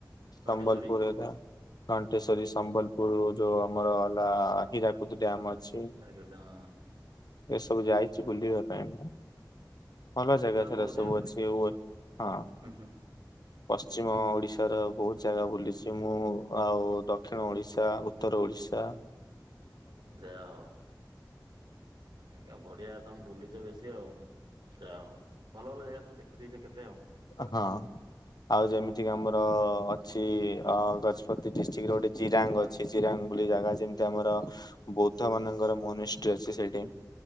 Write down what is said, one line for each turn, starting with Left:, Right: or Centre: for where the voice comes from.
Left: ସମ୍ବଲପୁର,
Right: ଘଣ୍ଟେଶ୍ଵରୀ
Left: ହରିୟା ଘଣ୍ଟେଶ୍ୱରୀ, ସମ୍ବଲପୁର ଯୋଉ ଆମର ହେଲା ହୀରାକୁଦ ଡ୍ୟାମ ଅଛି।
Right: <unintelligible>
Left: ଏସବୁ ଯାଇଛି ବୁଲିବା ପାଇଁ ମୁଁ। ଭଲ ଜାଗା ସେଇଗୁରା
Right: ବହୁତ
Left: ସବୁ
Right: ଜାଗା ବୁଲିଛ
Left: ଅଛି ଓ ଏ ହଁ।
Right: ହୁଁ ହୁଁ
Left: ପଶ୍ଚିମ ଓଡିଶାର ବହୁତ ଜାଗା ବୁଲିଛି ମୁଁ। ଆଉ ଦକ୍ଷିଣ ଓଡିଶା, ଉତ୍ତର ଓଡ଼ିଶା,
Right: ଯାହା ହଉ। ଆଜ୍ଞା ବଢିଆ ତମେ ବୁଲିଛ ବେଶୀ ଆଉ। ଯାହା ହଉ, ଭଲ ଭଲ ଜାଗା ସବୁ ଦେଖିଦେଇଛ କେତେ ଆଉ।
Left: ହଁ। ଆଉ ଯେମିତି କି ଆମର ଅଛି ଅ ଗଜପତି ଡିଷ୍ଟ୍ରିକ୍ଟ ର ଗୋଟେ ଜିରାଙ୍ଗ୍ ଅ ଅଛି ଜିରାଙ୍ଗ ବୋଲି ଜାଗା ଯେମିତି ଆମର ବୌଦ୍ଧ ମାନଙ୍କର ମୋନିଷ୍ଟ୍ରୀ ଅଛି ସେଇଠି।